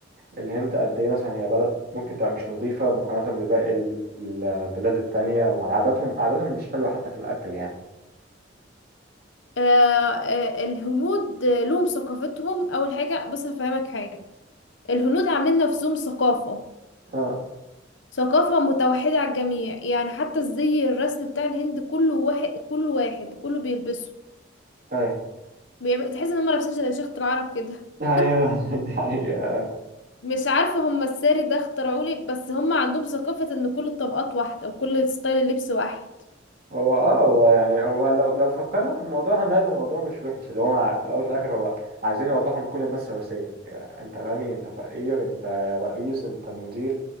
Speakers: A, on the right; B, on the left.
A: الهند قد إيه مثلا هي بلد ممكن تبقى مش نظيفة مقارنة بباقي ال- البلاد التانية وعاداتهم عاداتهم مش حلوة حتى في الأكل يعني
B: آه آه الهنود آه، لهم ثقافتهم اول حاجه بص هفهمك حاجه الهنود عاملين نفسهم ثقافه
A: اه
B: ثقافه متوحده على الجميع يعني حتى الزي الرسم بتاع الهند كله واحد كله واحد كله بيلبسه
A: ايوه
B: بيبقى- تحس ان هم لابسين زي شيخة العرب كده <laughs>
A: ايوه <laughs> دي حقيقة أيوة.
B: مش عارفه هم الساري ده اخترعوا لي بس هم عندهم ثقافه ان كل الطبقات واحده وكل ستايل اللبس واحد
A: هو اه هو يعني هو لو لو فكرنا في الموضوع هنلاقي إن الموضوع مش وحش اللي هو ع- في الاول وفي الاخر هو عايزين يوضحوا ان كل الناس سواسية يعني انت غني انت فقير انت رئيس انت مدير